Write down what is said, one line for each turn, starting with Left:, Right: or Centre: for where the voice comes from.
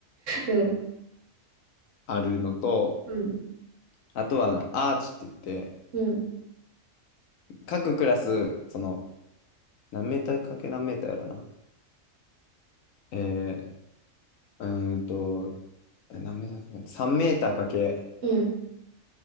Right: うん。
Left: あるのと、
Right: うん。
Left: あとはアーチって言って、
Right: うん。
Left: 各クラス、その、何メーターかけ何メーターやろな。えー、うーんと、え何メーターかけ、3メーターかけ
Right: うん。